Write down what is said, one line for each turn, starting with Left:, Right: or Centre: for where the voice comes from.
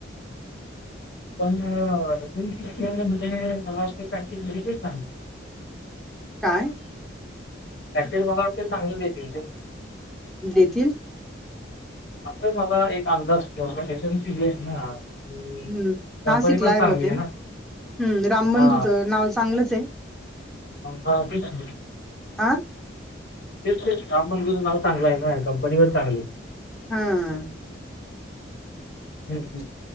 Left: पण म्हणजे नवाज का घरी <unintelligible>
Centre: काय?
Left: <unintelligible> मला वाटते चांगलं देतील ते.
Centre: देतील?
Left: आ मला एक अंदाज के एस एमसी हेज ना. आणि
Centre: हम्म
Left: कंपनी
Centre: नाशिकला
Left: पण चांगली
Centre: भाव ते
Left: आहे
Centre: हम्म
Left: ना.
Centre: रामबंधूचं
Left: हा
Centre: नाव चांगलंच आहे.
Left: <unintelligible>
Centre: आं
Left: तेच, तेच. रामबंधूचं नाव चांगलंय ना. कंपनी पण चांगलीय.
Centre: हा.
Left: हम्, हम्म.